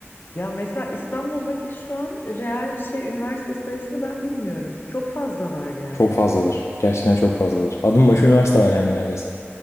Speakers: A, on the left; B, on the left.
A: Ya mesela İstanbul'daki şu an reel şey üniversite sayısını ben bilmiyorum. Çok fazla var yani.
B: Çok fazladır. Gerçekten çok fazladır. Adım başı üniversite var yani neredeyse.